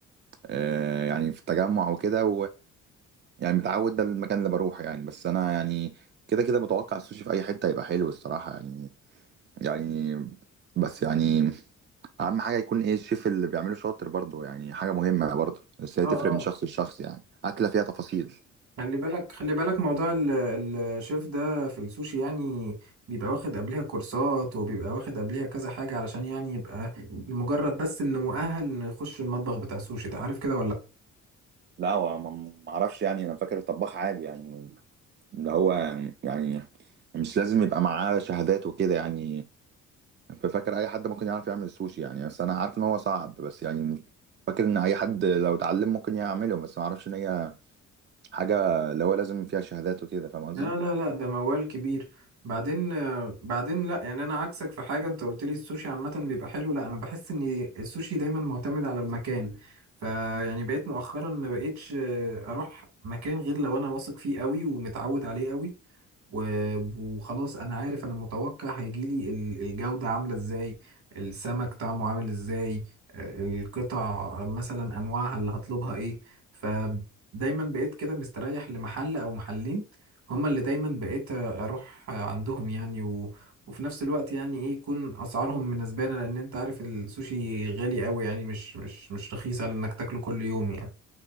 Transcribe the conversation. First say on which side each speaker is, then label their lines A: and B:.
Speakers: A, on the right; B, on the right.
A: آه، يعني في التجمع وكده يعني متعود ده المكان اللي بروحه يعني بس انا يعني كده كده متوقع السوشي في اي حته هيبقى حلو الصراحه يعني يعني بس يعني اهم حاجه يكون ايه الشيف اللي بيعمله شاطر برضه يعني حاجه مهمه برضه بس هي
B: اه
A: تفرق
B: اه
A: من شخص لشخص يعني اكله فيها تفاصيل
B: خلي بالك خلي بالك موضوع ال- الشيف ده في السوشي يعني بيبقى واخد قبلها كورسات وبيبقى واخد قبلها كذا حاجة علشان يعني يبقى لمجرد بس انه مؤهل انه يخش المطبخ بتاع السوشي ده عارف كده ولا
A: لا هو ما ما اعرفش يعني انا فاكر طباخ عادي يعني اللي هو يعني مش لازم يبقى معاه شهادات وكده يعني ففاكر اي حد ممكن يعرف يعمل السوشي يعني بس انا عارف ان هو صعب بس يعني فاكر ان اي حد لو اتعلم ممكن يعمله بس ما اعرفش ان هي حاجة اللي هو لازم فيها شهادات وكده فاهم قصدي؟
B: لا لا لا ده موال كبير بعدين آه، بعدين لا يعني انا عكسك في حاجه انت قلت لي السوشي عامه بيبقى حلو لا انا بحس ان السوشي دايما معتمد على المكان فيعني بقيت مؤخرا ما بقيتش آه، اروح مكان غير لو انا واثق فيه قوي ومتعود عليه قوي و- وخلاص انا عارف انا متوقع هيجيلي ال- الجودة عاملة ازاي السمك طعمه عامل ازاي آه، القطع مثلا انواعها اللي هطلبها ايه فدايما بقيت كده مستريح لمحل او محلين هما اللي دايما بقيت اروح عندهم يعني و... وفي نفس الوقت يعني ايه يكون اسعارهم مناسبانه لان انت عارف السوشي غالي قوي يعني مش مش مش رخيص على انك تاكله كل يوم يعني